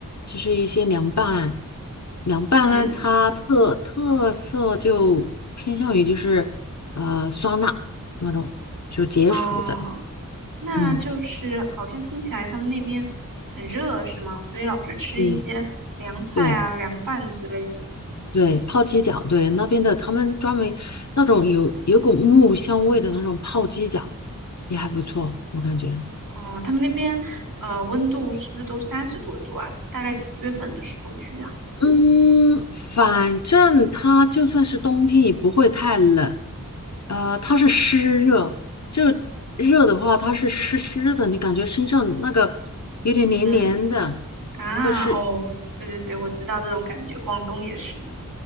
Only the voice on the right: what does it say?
嗯，
哦，那就是好像听起来他们那边很热是吗？
所以老是吃一些凉菜啊、
凉拌之类的。
哦，他们那边呃温度是不是都三十多度啊？大概几月份的时候去的？
嗯啊，
哦，对对对，我知道这种感觉，广东也是的。